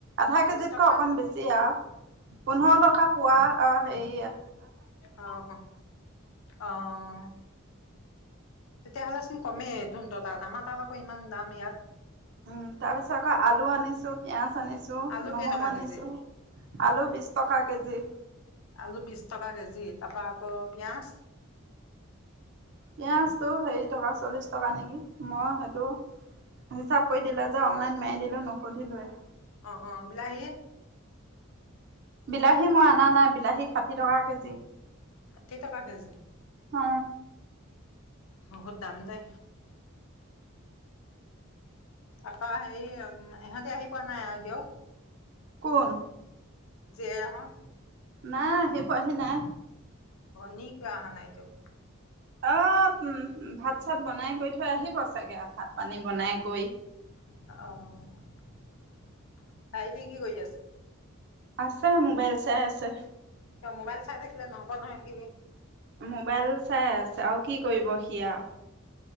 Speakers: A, on the right; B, on the left.
A: আধা কেজিতকৈ
B: বিশ টকাত
A: অকন বেছি আৰু পোন্ধৰ টকা পোৱা আহ সেেইয়া
B: আহ আহ তেতিয়াহ'লেচোন কমেই ধনটো তাত আমাৰ তাত আকৌ ইমান দাম ইয়াত
A: উম তাৰপিছত আকৌ আলু আনিছো পিয়াজ আনিছো
B: আলু
A: নহৰু
B: কেইটকা
A: আনিছো
B: কেজি
A: আলু বি টকা কেজি
B: আলু বিশ টকা কেজি তাৰপৰা আকৌ পিঁয়াজ
A: পিয়য়াজটো হেৰি টকা চল্লিশ টকা নেকি মই সেইটো হিচাপ কৰি দিলে যে অনলাইন মাৰি দিলো নুসুধিলো আৰু
B: অ অ বিলাহি
A: বিলাহী মই অনা নাই বিলাহী ষাঠি টকা কেজি
B: ষাঠি টকা কেজি
A: অ
B: বহুত দাম দে তপৰা হেৰি ইহঁতি আহি পোৱা নাই আৰু এতিয়াও
A: কোন
B: যেহত
A: নাহ সি পোবাহি নাই
B: ভনী কিয় অহা কিয়
A: অ উ ভাত চাত বনাই কৰি থৈ আহিব চাগে ভাত পানী বনাই কৰি
B: আহ তাই কি কি কৰি আছে
A: আছে মোবাইল চায় আছে
B: কিয় মোবাইল চাই থাকিলে নহব নহয় এনেকে সি
A: মোবাইল চাই আছে আৰু কি কৰিব সি আৰু